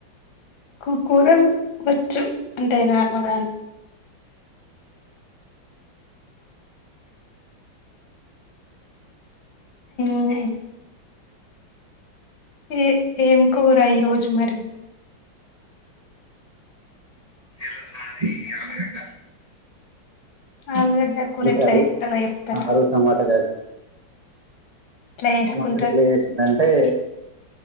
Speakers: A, on the left; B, on the right.
A: కు-కూరలు వచ్చు అంటేే నా మగాన్ ఉమ్
B: అ
A: ఏ ఏం కూర ఈ రోజు మరి
B: ఈరోజు మాది ఆలుగడ్డ
A: ఆలుగడ్డ కూర ఎట్ల
B: కర్రీ
A: చెత్తారో చెప్తరా
B: ఆలు టమాటా కర్రీ
A: చేసుకుంటారు
B: మా మమ్మి ఎట్ల చేసిందంటే